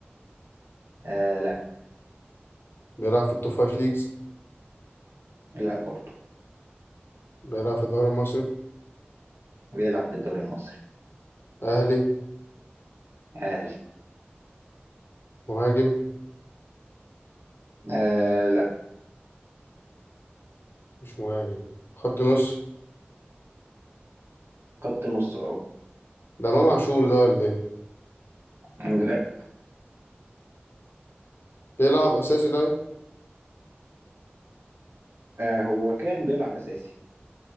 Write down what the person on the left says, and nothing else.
بيلعب في التوب فايف ليجز
بيلعب في الدوري المصري
أهلي
مهاجم
مش مهاجم خط نص
ده إمام عاشور ده ولا إيه؟
بيلعب أساسي ده